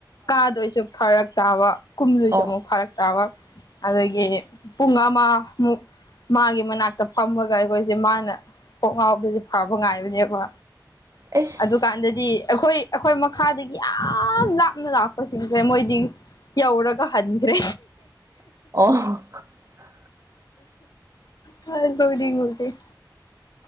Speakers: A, on the left; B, on the right.
A: ꯀꯥꯗꯣꯏꯁꯨ ꯐꯔꯛ ꯇꯥꯕ ꯀꯨꯝꯗꯣꯏꯁꯨ
B: ꯑꯣ
A: ꯑꯃꯨꯛ ꯐꯔꯛ ꯇꯥꯕ ꯑꯗꯨꯗꯒꯤ ꯄꯨꯉꯃ ꯃꯥꯒꯤ ꯃꯅꯥꯛꯇ ꯐꯝꯃꯒ ꯑꯩꯈꯣꯏꯁꯦ ꯃꯥꯅ ꯄꯣꯛ ꯉꯥꯎꯗꯁꯦ ꯐꯕ ꯉꯥꯏꯕꯅꯦꯕ
B: ꯑꯩꯁ
A: ꯑꯗꯨꯀꯥꯟꯗꯗꯤ ꯑꯩꯈꯣꯏ ꯑꯩꯈꯣꯏ ꯃꯈꯥꯗꯒꯤ ꯌꯥꯝ ꯂꯥꯞꯅ ꯂꯥꯛꯄꯁꯤꯡꯁꯦ ꯃꯣꯏꯗꯤ ꯌꯥꯎꯔꯒ ꯍꯟ꯭ꯔꯦ
B: ꯑꯣ
A: ꯑ ꯐꯗꯤꯉꯗꯦ